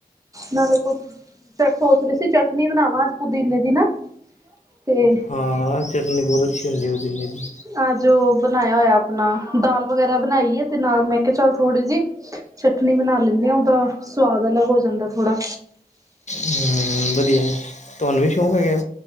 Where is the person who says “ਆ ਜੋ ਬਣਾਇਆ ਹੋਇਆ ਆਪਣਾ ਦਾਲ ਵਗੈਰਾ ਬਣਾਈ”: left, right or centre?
Right